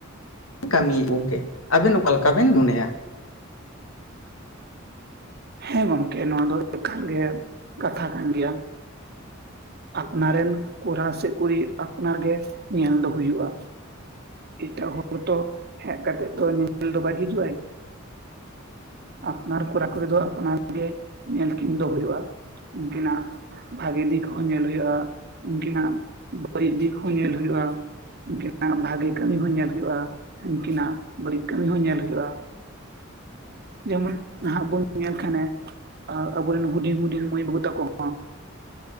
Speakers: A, on the left; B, on the right.
A: ᱠᱟᱹᱢᱤᱭᱮᱫ ᱜᱚᱝᱠᱮ, ᱟᱵᱮᱱ ᱚᱠᱟ ᱞᱮᱠᱟ ᱵᱮᱱ ᱢᱚᱱᱮᱭᱟ?
B: ᱦᱮᱸ ᱜᱚᱢᱠᱮ ᱱᱚᱣᱟ ᱫᱚ ᱮᱠᱟᱞ ᱜᱮ ᱠᱟᱛᱷᱟ ᱠᱟᱱ ᱜᱮᱭᱟ᱾ ᱟᱯᱱᱟᱨ ᱨᱮᱱ ᱠᱚᱲᱟ ᱥᱮ ᱠᱩᱲᱤ ᱟᱯᱱᱟᱨ ᱜᱮ ᱧᱮᱞ ᱫᱚ ᱦᱩᱭᱩᱜᱼᱟ᱾ ᱮᱴᱟᱜ ᱦᱚᱲᱛᱚ ᱦᱮᱜ ᱠᱟᱛᱮᱫ ᱛᱚ <inaudible> ᱫᱚ ᱵᱟᱭ ᱦᱤᱡᱩᱜ ᱟᱭ᱾ ᱟᱯᱱᱟᱨ ᱠᱚᱨᱟ ᱠᱩᱨᱤ ᱫᱚ ᱟᱯᱱᱟᱨ ᱜᱮ ᱧᱮᱞ ᱠᱤᱱ ᱫᱚ ᱦᱩᱭᱩᱜᱼᱟ᱾ ᱩᱱᱠᱤᱱᱟᱜ ᱵᱷᱟᱜᱮ ᱫᱤᱠ ᱦᱚᱸ ᱧᱮᱞ ᱦᱩᱭᱩᱜᱼᱟ, ᱩᱱᱠᱤᱱᱟᱜ ᱵᱟᱹᱲᱤᱡ ᱫᱤᱠ ᱦᱚᱸ ᱧᱮᱞ ᱦᱩᱭᱩᱜᱼᱟ, ᱩᱱᱠᱤᱱᱟᱜ ᱵᱷᱟᱜᱮ ᱠᱟᱹᱢᱤ ᱦᱚᱸ ᱧᱮᱞ ᱦᱩᱭᱩᱜᱼᱟ ᱩᱱᱠᱤᱱᱟᱜ ᱵᱟᱹᱲᱤᱡ ᱠᱟᱹᱢᱤ ᱦᱚᱸ ᱧᱮᱞ ᱦᱩᱭᱩᱜᱼᱟ᱾ ᱡᱮᱢᱚᱱ ᱱᱟᱦᱟᱜ ᱵᱚᱱ ᱧᱮᱞ ᱠᱷᱟᱱᱮ, ᱟ ᱟᱵᱚᱨᱮᱱ ᱦᱩᱰᱤᱧ ᱦᱩᱰᱤᱧ ᱢᱟᱹᱭ ᱵᱟᱹᱵᱩ ᱛᱟᱠᱚ ᱦᱚᱸ